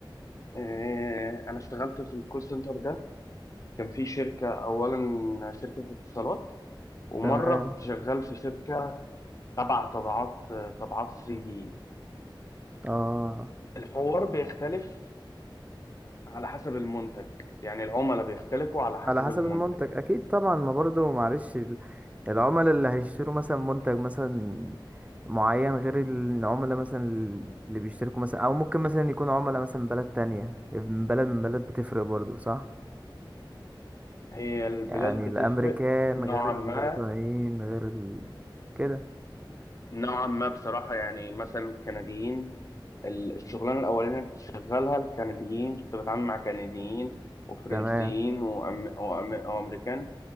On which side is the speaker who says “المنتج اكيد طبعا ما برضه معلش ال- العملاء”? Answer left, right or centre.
Right